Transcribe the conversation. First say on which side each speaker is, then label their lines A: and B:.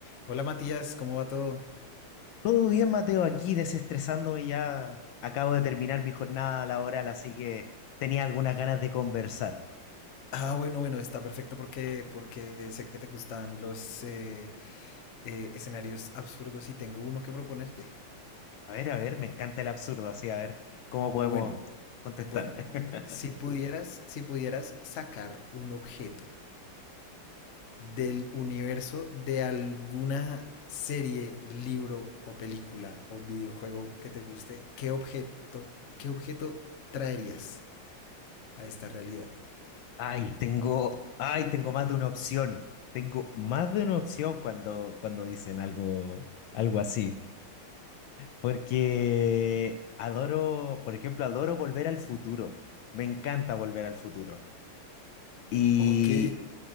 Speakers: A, on the left; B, on the left.
A: Hola Matías, ¿cómo va todo?
B: Todo bien, Mateo, aquí desestresándome ya. Acabo de terminar mi jornada laboral, así que tenía algunas ganas de conversar.
A: Ah, bueno, bueno, está perfecto porque, porque sé que te gustan los eh, eh, escenarios absurdos y tengo uno que proponerte.
B: A ver, a ver, me encanta el absurdo, así a ver cómo
A: Bueno,
B: podemos contestar.
A: bueno, si pudieras,
B: <laughs>
A: si pudieras sacar un objeto del universo de alguna serie, libro o película o videojuego que te guste, ¿qué objeto, qué objeto traerías a esta realidad?
B: Ay, tengo, ay, tengo más de una opción. Tengo más de una opción cuando, cuando dicen algo, algo así. Porque adoro, por ejemplo, adoro volver al futuro. Me encanta volver al futuro. Y
A: Ok,